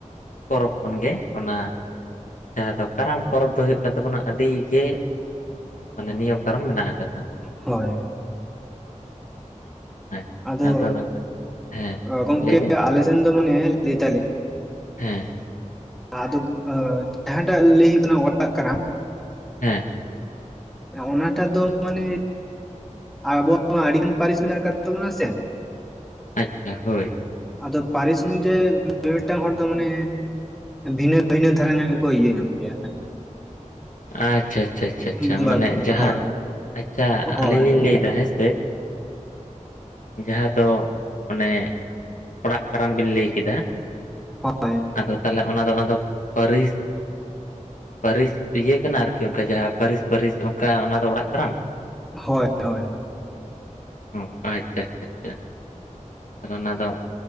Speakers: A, on the left; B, in the centre.
A: ᱯᱚᱨᱚᱵᱽ ᱠᱷᱚᱱᱜᱮ ᱚᱱᱟ ᱡᱟᱦᱟᱸ ᱫᱚ ᱠᱟᱨᱟᱢ ᱯᱚᱨᱚᱵᱽ ᱫᱚ ᱦᱩᱭᱩᱜ ᱠᱟᱱ ᱛᱟᱵᱚᱱᱟ ᱟᱹᱰᱤ ᱜᱮ ᱢᱟᱱᱮ ᱱᱤᱭᱚᱢ ᱠᱟᱨᱚᱱ ᱢᱮᱱᱟᱜ ᱟᱠᱟᱫᱟ᱾
B: ᱦᱚᱭ
A: ᱟᱪᱪᱷᱟ
B: ᱟᱫᱚ
A: ᱱᱟᱜᱠᱷᱟᱱ ᱦᱮᱸ
B: ᱜᱚᱢᱠᱮ
A: ᱞᱟᱹᱭ ᱵᱤᱱ
B: ᱟᱞᱮ ᱥᱮᱱ ᱫᱚ ᱢᱟᱱᱮ ᱞᱟᱹᱭ ᱫᱟᱞᱤᱧ,
A: ᱦᱮᱸ
B: ᱟᱫᱚ ᱡᱟᱦᱟᱸᱴᱟᱜ ᱞᱟᱹᱭ ᱦᱩᱭᱩᱜ ᱠᱟᱱᱟ ᱚᱲᱟᱜ ᱠᱟᱨᱟᱢ
A: ᱦᱮᱸ
B: ᱚᱱᱟᱴᱟᱜ ᱫᱚ ᱢᱟᱱᱮ ᱟᱵᱚᱣᱟᱜ ᱢᱟ ᱟᱹᱰᱤ ᱜᱟᱱ ᱯᱟᱹᱨᱤᱥ ᱢᱮᱱᱟᱜ ᱠᱟᱫ ᱛᱢᱚᱱ ᱥᱮ,
A: ᱟᱪᱪᱷᱟ ᱦᱳᱭ
B: ᱟᱫᱚ ᱯᱟᱹᱨᱤᱥ ᱚᱱᱩᱡᱟᱭᱤ ᱢᱤᱫ ᱢᱤᱫᱴᱟᱝ ᱦᱚᱲ ᱫᱚ ᱢᱟᱱᱮ ᱵᱷᱤᱱᱟᱹ ᱵᱷᱤᱱᱟᱹ ᱫᱷᱟᱨᱮ ᱜᱮᱠᱚ ᱤᱭᱟᱹ ᱧᱚᱜ ᱜᱮᱭᱟ
A: ᱟᱪᱪᱷᱟ ᱟᱪᱪᱷᱟ ᱟᱪᱪᱷᱟ ᱟᱪᱪᱷᱟ,
B: ᱵᱚᱸᱜᱟ
A: ᱢᱟᱱᱮ ᱡᱟᱦᱟ
B: ᱦᱳᱭ
A: ᱟᱪᱪᱷᱟ
B: ᱦᱳᱭ
A: ᱟᱹᱞᱤᱧ ᱞᱤᱧ ᱞᱟᱹᱭᱫᱟ ᱦᱮᱸᱥᱮ, ᱡᱟᱦᱟᱸ ᱫᱚ ᱚᱱᱮ ᱚᱲᱟᱜ ᱠᱟᱨᱟᱢ ᱵᱤᱱ ᱞᱟᱹᱭ ᱠᱮᱫᱟ,
B: ᱦᱳᱭ
A: ᱟᱫᱚ ᱛᱟᱦᱚᱞᱮ ᱚᱱᱟ ᱫᱚ ᱚᱱᱟ ᱫᱚ ᱯᱟᱹᱨᱤᱥ ᱯᱟᱹᱨᱤᱥ ᱤᱭᱟᱹ ᱠᱟᱱᱟ ᱟᱨᱠᱤ ᱚᱱᱠᱟ ᱡᱟᱦᱟᱸ ᱯᱟᱹᱨᱤᱥ ᱯᱟᱹᱨᱤᱥ ᱚᱱᱠᱟ ᱚᱱᱟ ᱫᱚ ᱚᱲᱟᱜ ᱠᱟᱱᱟ᱾
B: ᱦᱳᱭ ᱦᱳᱭ ᱦᱳᱭ
A: ᱚ ᱟᱪᱪᱷᱟ ᱟᱪᱪᱷᱟ ᱟᱪᱷᱟ ᱚᱱᱟ ᱫᱚ